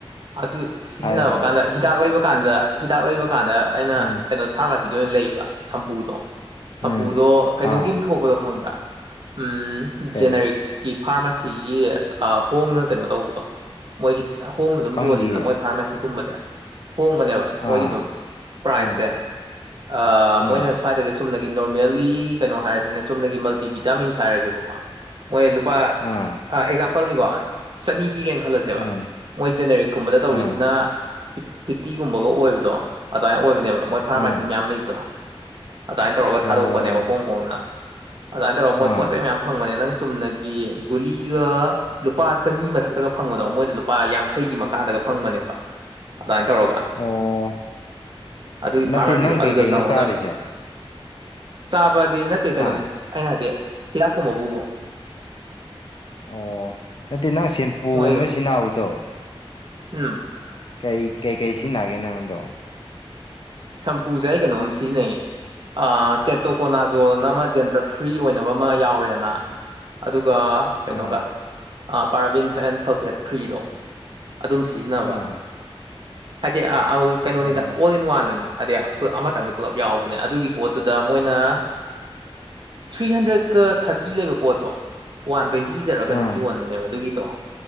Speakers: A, on the right; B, on the left.
A: ꯑꯗꯨ ꯁꯤꯖꯤꯟꯅꯕ
B: ꯍꯥꯏꯌꯣ ꯍꯥꯏꯌꯣ
A: ꯀꯥꯟꯗ ꯍꯤꯗꯥꯛ ꯂꯩꯕꯀꯥꯟꯗ ꯍꯤꯗꯥꯛ ꯂꯩꯕꯀꯥꯟꯗ ꯑꯩꯅ
B: ꯎꯝ
A: ꯀꯩꯅꯣ ꯐꯥꯔꯃꯥꯁꯤꯗ ꯑꯣꯏꯅ ꯂꯩꯕ ꯁꯝꯄꯨꯗꯣ ꯁꯝꯄꯨꯗꯣ
B: ꯎꯝ
A: ꯀꯩꯅꯣꯒꯤ
B: ꯑꯥ
A: ꯑꯃ ꯊꯣꯛ ꯄꯗꯣ ꯈꯪꯕ꯭ꯔꯥ ꯎꯝ
B: ꯀꯩ
A: ꯖꯦꯅꯔꯤꯛ ꯇꯤ ꯐꯥꯔꯃꯥꯁꯤꯒꯤ ꯑꯥ ꯍꯣꯡꯅ ꯀꯩꯅꯣ ꯇꯧꯕꯗꯣ ꯃꯣꯏꯒꯤ ꯍꯣꯡꯅ ꯑꯗꯨꯝ
B: ꯈꯪꯗꯤꯌꯦ
A: ꯌꯣꯜꯂꯤꯗꯅ ꯃꯣꯏ ꯐꯥꯔꯃꯥꯁꯤꯒꯨꯝꯕꯗꯤ ꯍꯣꯡꯕꯅꯦꯕ
B: ꯑꯥ
A: ꯃꯣꯏꯗꯤ ꯑꯗꯨꯝ ꯄ꯭ꯔꯥꯏꯁꯦ
B: ꯑꯥ
A: ꯑ ꯃꯣꯏꯅ
B: ꯑꯥ
A: ꯁ꯭ꯋꯥꯏꯗꯒ ꯆꯨꯝꯅꯒꯤ ꯅꯣꯔꯃꯦꯜꯂꯤ ꯀꯩꯅꯣ ꯍꯥꯏꯔꯁꯤꯅꯦ ꯆꯨꯝꯅꯒꯤ ꯃꯜꯇꯤꯚꯕꯤꯇꯥꯃꯤꯟꯁ ꯍꯥꯏꯔꯁꯤꯕ ꯀꯣ꯫ ꯃꯣꯏ ꯂꯨꯄꯥ
B: ꯑꯥ
A: ꯑꯦꯛꯖꯥꯝꯄꯜꯅꯤꯀꯣ ꯆꯅꯤ ꯄꯤꯔꯦꯅ ꯈꯜꯂꯁꯦꯕ
B: ꯑꯥ
A: ꯃꯣꯏ ꯖꯦꯅꯦꯔꯤꯛꯀꯨꯝꯕꯗ ꯇꯧꯔꯤꯁꯤꯅ
B: ꯑꯥ
A: ꯐꯤꯐꯇꯤꯒꯨꯝꯕꯒ ꯑꯣꯏꯕꯗꯣ ꯑꯗꯨꯃꯥꯏ ꯑꯣꯏꯕꯅꯦꯕ ꯃꯣꯏ ꯐꯥꯔꯃꯥꯁꯤꯒ
B: ꯑꯥ
A: ꯃꯌꯥꯝ ꯂꯩꯕꯗꯣ ꯑꯗꯥꯏꯟ ꯇꯧꯔꯒ
B: ꯑꯣ
A: ꯊꯥꯗꯣꯛꯄꯅꯦꯕ ꯍꯣꯡ ꯍꯣꯡꯅ ꯑꯗꯥꯏꯟ ꯇꯧꯔꯥ ꯃꯣꯏ
B: ꯑꯥ
A: ꯄꯣꯠ ꯆꯩ ꯃꯌꯥꯝ ꯐꯪꯕꯅꯦ ꯅꯪ ꯆꯨꯝꯅꯒꯤ ꯒꯨꯂꯤꯒ ꯂꯨꯄꯥ ꯆꯅꯤ ꯃꯊꯛꯇꯒ ꯐꯪꯕꯗꯣ ꯃꯣꯏꯗ ꯂꯨꯄꯥ ꯌꯥꯡꯈꯩꯒꯤ ꯃꯈꯥꯗꯒ ꯐꯪꯕꯅꯦꯕ ꯑꯗꯨꯃꯥꯏ ꯇꯧꯔꯒ
B: ꯑꯣ
A: ꯑꯗꯨꯒꯤ
B: ꯅꯠꯇꯦ
A: ꯐꯥꯔꯃꯥꯁꯤꯗꯣ
B: ꯅꯪ ꯀꯩ
A: ꯑꯗꯨꯗ
B: ꯀꯩꯅꯣ
A: ꯆꯪꯉꯣꯅꯛ
B: ꯆꯥꯔꯤꯁꯦ
A: ꯆꯥꯕꯗꯤ ꯅꯠꯇꯦ ꯀꯩꯅꯣꯅꯦ
B: ꯍꯥ
A: ꯑꯩꯅ ꯍꯥꯏꯗꯤ ꯀꯣꯃꯕꯨꯕ
B: ꯑꯣ ꯅꯠꯇꯦ ꯅꯪ ꯁꯦꯝꯄꯨ
A: ꯃꯣꯏ
B: ꯑꯃ ꯁꯤꯖꯤꯟꯅꯕꯗꯣ
A: ꯎꯝ
B: ꯀꯔꯤ ꯀꯩꯀꯩ ꯁꯤꯖꯤꯟꯅꯒꯦ ꯅꯪ ꯑꯗꯣ
A: ꯁꯝꯄꯨꯖꯦ ꯑꯩ ꯀꯩꯅꯣꯝ ꯁꯤꯖꯤꯟꯅꯩꯌꯦ ꯀꯦꯇꯣꯀꯣꯅꯥꯖꯣꯅ ꯑꯃ ꯗꯦꯟꯇ꯭ꯔ ꯐ꯭ꯔꯤ ꯑꯣꯏꯅꯕ ꯑꯃ ꯌꯥꯎꯔꯦꯅ ꯑꯗꯨꯒ ꯀꯩꯅꯣꯒ
B: ꯑꯥ
A: ꯑꯥ ꯄꯔꯥꯕꯤꯟꯁ ꯑꯦꯟ ꯁꯜꯐꯦꯠ ꯐ꯭ꯔꯤꯗꯣ ꯑꯗꯨꯝ ꯁꯤꯖꯤꯟꯅꯕ
B: ꯑꯥ
A: ꯍꯥꯏꯗꯤ ꯑꯃ ꯀꯩꯅꯣꯅꯤꯗ
B: ꯑꯣ
A: ꯑꯣꯜ ꯋꯥꯟꯗꯅꯦ ꯑꯥꯗꯤ ꯑꯃꯇꯪꯗ ꯄꯨꯂꯞ ꯌꯥꯎꯕꯅꯦ ꯑꯗꯨꯒꯤ ꯄꯣꯠꯇꯨꯗ ꯃꯣꯏꯅ ꯊ꯭ꯔꯤ ꯍꯟꯗ꯭ꯔꯦꯗꯀꯥ ꯊꯥꯔꯇꯤ ꯂꯩꯕ ꯄꯣꯠꯇꯣ ꯋꯥꯟ ꯇ꯭ꯋꯦꯟꯇꯤꯗꯥꯔ ꯀꯩꯅꯣꯝ
B: ꯑꯥ
A: ꯌꯣꯟꯕꯅꯦꯕ ꯑꯗꯨꯒꯤꯗꯣ